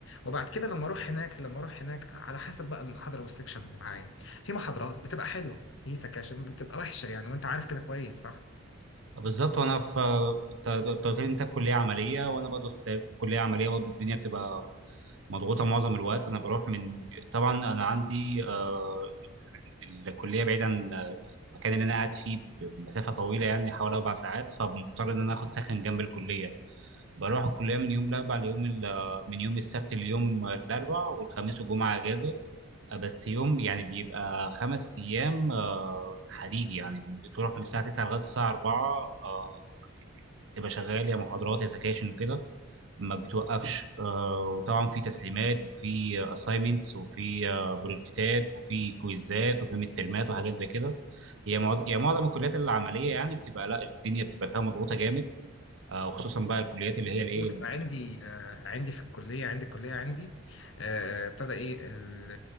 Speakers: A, on the left; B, on the right.
A: وبعد كده لما اروح هناك لما اروح هناك على حسب بقى المحاضره والسكشن اللي معايا في محاضرات بتبقى حلوه هي سكاشن بتبقى وحشه يعني وانت عارف كده كويس صح
B: آه، بالظبط وانا في انت أنت قلت لي انت في كليه عمليه وانا برضه في في كليه عمليه برضه الدنيا بتبقى مضغوطه معظم الوقت انا بروح من طبعا انا عندي آه، الكليه بعيد عن آه، المكان اللي انا قاعد فيه بمسافه طويله يعني حوالي اربع ساعات فمضطر ان انا اخد سكن جنب الكليه بروح الكليه من يوم الاربعاء ليوم ال- آه، من يوم السبت ليوم الاربعاء والخميس والجمعه اجازه آه، بس يوم يعني بيبقى خمس ايام آه، حديد يعني بتروح من الساعه 9 لغايه الساعه 4 آه، تبقى شغال يا محاضرات يا سكاشن وكده ما بتوقفش آه، وطبعا في تسليمات وفي اساينمنتس وفي آه، بروجكتات وفي كويزات وفي مترمات وحاجات زي كده هي معظم هي معظم الكليات العمليه يعني بتبقى لا الدنيا بتبقى فيها مضغوطه جامد آه، وخصوصا بقى الكليات اللي هي الايه
A: مظبوط انا عندي آه، عندي في الكليه عندي الكليه عندي آه، ابتدى ايه ال-